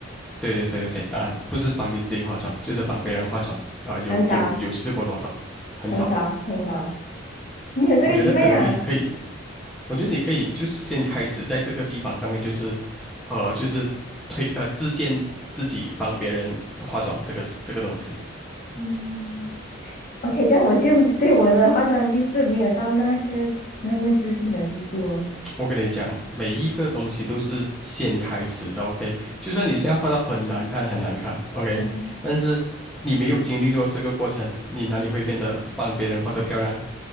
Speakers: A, in the centre; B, on the left.
A: 对对对对对，当然不是帮你自己化妆，就是帮别人化妆啊、有有有试过多少？
B: 很少，
A: 很少。
B: 很少，很少，你有这个机会啊。
A: 我觉得可能你可以，我觉得你可以就是先开始在这个地方上面，就是呃，就是推呃自荐自己帮别人化妆这个这个东西。
B: 嗯，OK，这样我就对我的化妆技术没有到那个那么自信的地步哦。
A: 我跟你讲，每一个东西都是先开始的，OK？就算你现在画到很难看、很难看，OK？
B: 嗯，
A: 但是你没有经历过这个过程，你哪里会变得帮别人画得漂亮呢？